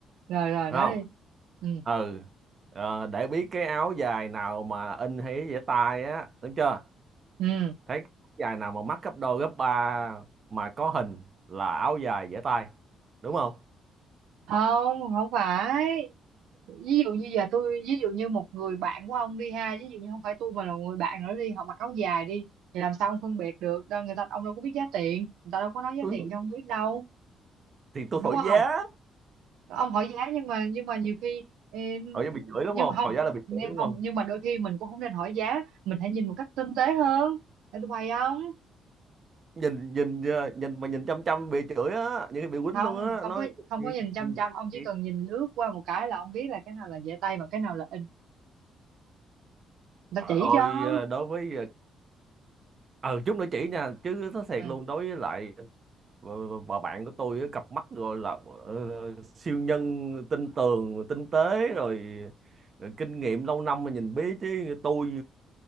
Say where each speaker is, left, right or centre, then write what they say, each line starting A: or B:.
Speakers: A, on the right; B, on the right.
A: rồi rồi
B: Đúng
A: nói
B: không
A: đi ừ
B: ừ Ờ, để biết cái áo dài nào mà in hay dễ tay á đúng chưa
A: ừ
B: thấy cái áo dài nào mà mắc gấp đôi gấp ba mà có hình là áo dài dễ tay đúng không
A: không không phải ví dụ như giờ tôi ví dụ như một người bạn của ông đi ha ví dụ như không phải tôi mà là người bạn nữa đi họ mặc áo dài đi thì làm sao ông phân biệt được đâu người ta ông đâu có biết giá tiền người ta đâu có nói giá
B: tôi
A: tiền
B: hỏi-
A: cho ông biết đâu
B: thì tôi
A: đúng
B: thổi giá
A: không ông hỏi giá nhưng mà nhưng mà nhiều khi ừ,
B: thổi giá bị chửi đúng
A: nhưng
B: không
A: mà không
B: thổi giá là bị
A: nhưng
B: chửi đúng
A: không
B: không
A: nhưng mà đôi khi mình cũng không nên hỏi giá mình hãy nhìn một cách tinh tế hơn để tôi bày không
B: nhìn nhìn ờ, nhìn mà nhìn chăm chăm bị chửi á những cái bị quýnh
A: không
B: luôn á
A: không
B: nói
A: có không
B: gì-
A: có nhìn
B: gì-
A: chăm
B: gì-
A: chăm ông chỉ
B: gì.
A: cần nhìn lướt qua một cái là ông biết là cái nào là dễ tay và cái nào là in người
B: trời
A: ta chỉ
B: ơi
A: cho
B: ờ, đối với ờ, ừ chút nữa chỉ nha chứ nó thiệt
A: ừ
B: luôn đối với lại bà, bà bạn của tôi á, cặp mắt gọi là ờ, siêu nhân tinh tường tinh tế rồi rồi kinh nghiệm lâu năm mà nhìn biết chứ tôi